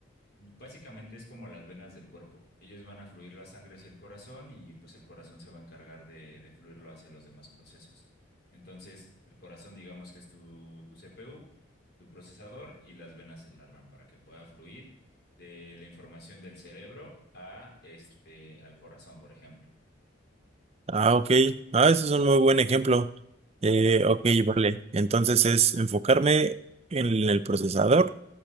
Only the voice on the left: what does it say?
Básicamente es como las venas del cuerpo. Ellos van a fluir la sangre hacia el corazón y pues el corazón se va a encargar de, de fluirlo hacia los demás procesos. Entonces, el corazón digamos que es tu, tu CPU, tu procesador y las venas es la RAM para que pueda fluir de la información del cerebro a este, al corazón, por ejemplo.